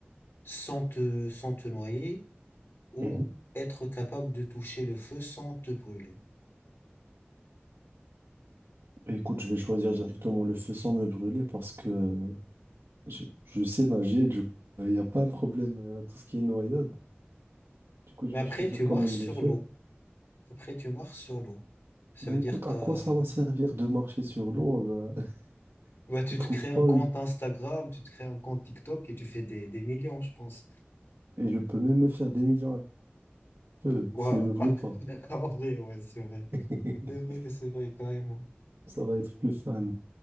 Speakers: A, on the left; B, on the right.
A: sans te, sans te noyer ou
B: Mhm.
A: être capable de toucher le feu sans te brûler?
B: Bah, Écoute, je vais choisir directement le feu sans me brûler parce que euh, j'ai- je sais nager, du coup, il n'y a pas un problème euh, tout ce qui est noyade. Du coup, je
A: Mais après,
B: vais choisir
A: tu
B: quand
A: marches
B: même
A: sur
B: le feu.
A: l'eau. Après, tu marches sur l'eau. Ça
B: Bah
A: veut
B: écoute,
A: dire t'as...
B: à quoi ça va servir de marcher sur l'eau? Bah, <laughs>
A: Bah, tu
B: je trouve
A: te crées
B: pas
A: un compte
B: une...
A: Instagram, tu te crées un compte TikTok et tu fais des, des millions, je pense.
B: Et je peux même me faire des millions à feu
A: Ouais,
B: si je me brûle
A: <laughs>
B: pas.
A: En vrai, ouais, c'est vrai.
B: <laughs>
A: C'est vrai, c'est vrai, carrément.
B: Ça va être plus fun.